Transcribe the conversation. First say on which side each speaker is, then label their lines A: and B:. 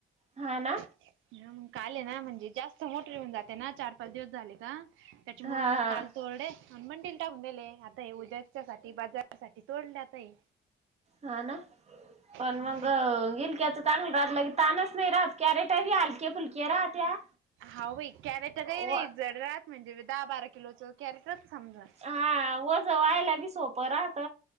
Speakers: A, on the right; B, on the right.
A: हा, ना.
B: ह मग काल ये ना, म्हणजे जास्त मोठे येऊन जाते ना चार, पाच दिवस झाले का? त्याच्यामुळ
A: हा
B: मग काल तोरडे अनमंडल टाकून देले आता हे उद्या त्याच्या साठी, बाजारासाठी तोडल्यात हे
A: हा ना? पण
B: हा
A: मग गिलक्यात च <unintelligible> की तानच नाही राहत. कॅरेटा बी हलक्या फुलक्या राहत्या.
B: हाव बाई कॅरेट काही
A: व
B: नाही जडरात म्हणजे दहा, बारा किलोच कॅरेटच समजा
A: हा वज व्हायला बी सोपं राहत.